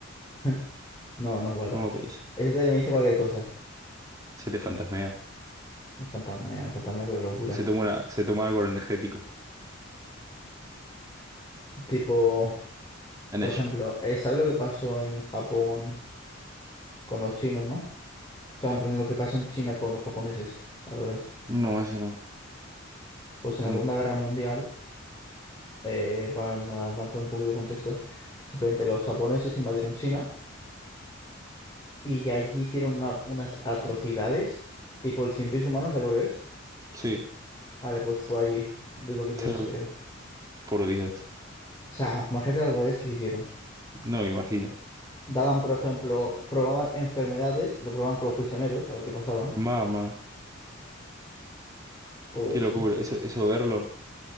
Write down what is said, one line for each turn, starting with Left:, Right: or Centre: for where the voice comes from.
Left: ¿eh? <laughs> No, no para.
Right: luego te dice.
Left: Este me dice cualquier cosa.
Right: Se te fantasmea.
Left: No fantasma, fantasma, pero locura.
Right: Se toma una, se toma algo energético.
Left: Tipo,
Right: Energy.
Left: por ejemplo, eh, ¿sabes lo que pasó en Japón con los chinos, no? O sea, perdón, lo que pasó en China con los japoneses, al revés.
Right: No, eso no.
Left: Pues en
Right: No.
Left: la Segunda Guerra Mundial eh, para, para darte un poquito de contexto, simplemente los japoneses invadieron China y allí hicieron una- unas atrocidades, tipo el cien pies humano, ¿sabes lo que es?
Right: Sí.
Left: Vale, pues fue allí, de lo que es
Right: Ter-
Left: donde se creó.
Right: Por Dios.
Left: O sea, imagínate las barbaridades que se hicieron.
Right: No me imagino.
Left: Daban, por ejemplo, probaban enfermedades, lo probaban con los prisioneros, a ver qué pasaba,
Right: Mamá.
Left: todo
Right: Qué
Left: eso.
Right: locura. Eso, eso verlo.